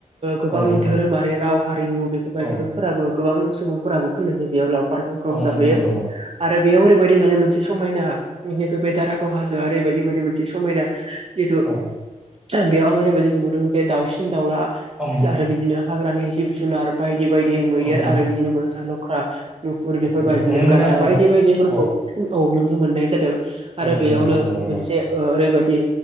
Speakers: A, on the right; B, in the centre.
A: गोबां
B: औ नंगौ नोंथां
A: धोरोमारि राव हारिमु बेफोरबायदिफोराबो
B: औ
A: गोबां सुबुंफोराबो फैनानै बेयाव लाव <unintelligible>
B: औ
A: जाफैयो
B: नंगौ नोंथां नंगौ
A: आरो बेयाव ओरैबायदि माने मोनसे समायना जि बे दारागाव हाजोआ। ओरैबायदि माने मोनसे समायना जिहेथु।
B: औ
A: बेयाव आं ओरैबायदि नुबोदों बे दाउसिन दाउला
B: औ नंगौ
A: आरो
B: नोंथां
A: बिदिनो हाग्रानि जिब जुनार बायदि बायदि मैदेर
B: औ नंगौ नोंथां
A: आरो
B: औ
A: बिदिनो मोसा लख्रा। मुफुर बेफोरबायदिनो
B: नंगौ
A: गान्दा बायदि
B: नोंथां
A: बायदिफोरखौ
B: औ
A: औ नुनो मोननाय जादों । आरो
B: बेखौ नुनो
A: बेयावनो
B: मोनो
A: मोनसे
B: आरोना
A: ओरैबायदि